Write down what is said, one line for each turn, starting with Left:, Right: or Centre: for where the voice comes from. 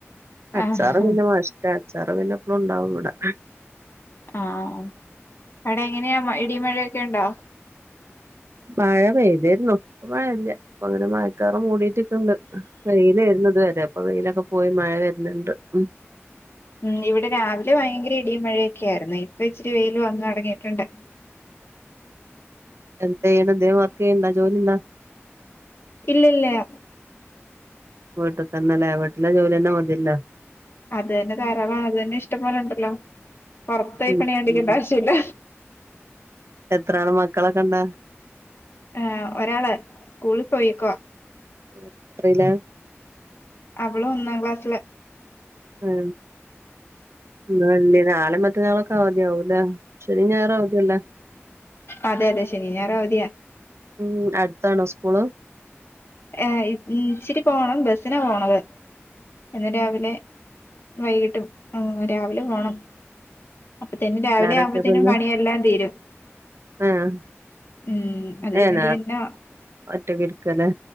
Right: അച്ചാർ
Left: ആഹ്
Right: പിന്നെ മസ്റ്റാ അച്ചാർ പിന്നെ അതെന്നുണ്ടാവും ഇവടെ
Left: ആഹ അവിടെ എങ്ങനെയാ ഇടിമഴക്കെ ക്കണ്ടാ
Right: മഴ പെയ്തീർന്ന് ഇപ്പോ മഴല്ല ഇപ്പോങ്ങനെ മഴക്കാറ് മൂടീട്ട്ക്ക്ണ്ട് വെയിലേർന്നിത് വരെ ഇപ്പോ വെയിലൊക്കെ പോയി മഴ വരുന്നുണ്ട് ഉ
Left: മ്മ് ഇവിടെ രാവിലെ ഭയങ്കര ഇടിയും മഴയൊക്കൊയിരുന്നു ഇപ്പൊ ഇച്ചിരി വെയിൽ വന്ന് അടങ്ങിയിട്ടുണ്ട്
Right: എന്തേനു ന്തേലും വർക്കെയ്യുണ്ടോ ജോല്യന്താ
Left: ഇല്ല ല്ല്യ
Right: വീട്ട്തന്നല്ലേലെ വീട്ടിലെ ജോല്യഞ്ഞ മത്യല്ലോ
Left: അതന്നെ ധാരാളാണ് അതന്നെ ഇഷ്ടംപോലെണ്ടല്ലോ പുറ
Right: ഉം
Left: അടിക്കണ്ട ആവശ്യ ഇില്ല
Right: എത്ര ആണ് മക്കളൊക്കെ ഇണ്ട
Left: ആ ഒരാള് സ്കൂളിൽ പോയിക്കുവാ
Right: എത്രേലാ
Left: അവളൊന്നാ ക്ലാസിൽ
Right: ആ നാളെ <unintelligible> <inaudible> ആതി ആവും അല്ലെ ശനീശ ഞായറും അവധി അല്ലെ
Left: അതെ അതെ ശനി ഞായർ അവധിയാ
Right: ഉം അടുത്താണോ സ്കൂള്
Left: ഏ ഇച്ചിരി പോണം ബസിനാ പോണത് എന്നന്ന് രാവിലെ വൈകിട്ടും ആ രാവിലെ പോണം അപ്പത്തേനും രാവിലെ
Right: പിള്ളാരൊക്കെ
Left: ആവുമ്പത്തേനും
Right: പിന്നെ
Left: പണിയെല്ലാം തീരും
Right: ആഹ്
Left: ഉം അത് കഴിഞ്ഞിട്ട്
Right: ഏഹ് നേർ
Left: പിന്നെ
Right: ഒറ്റക്ക് ഇരിക്കല്ലേ